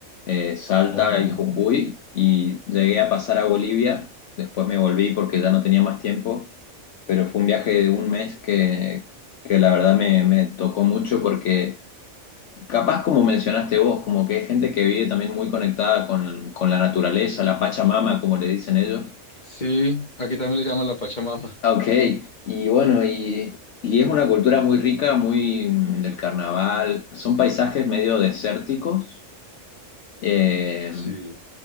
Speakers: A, on the left; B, on the left.
A: eh, Salta
B: Oh,
A: y Jujuy y llegué a pasar a Bolivia. Después me volví porque ya no tenía más tiempo pero fue un viaje de un mes que, que la verdad me, me tocó mucho porque capaz como mencionaste vos, como que hay gente que vive también muy conectada con, con la naturaleza, la Pachamama, como le dicen ellos.
B: sí. Aquí también le llaman la Pachamama.
A: Ah, Ok, y bueno, y, y es una cultura muy rica, muy mm, del carnaval, son paisajes medio desérticos, eh,
B: Sí.